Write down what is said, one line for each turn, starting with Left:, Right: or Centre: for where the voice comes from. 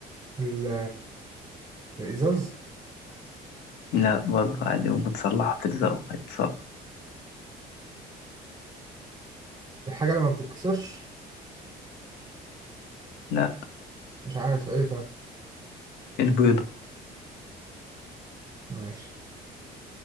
Right: ال- الازاز
Left: لا برضه عادي ممكن تصلحها تلزقه هيتصلح
Right: الحاجة اللي ما بتتكسرش
Left: لا
Right: مش عارف ايه طيب
Left: البيضة
Right: ماشي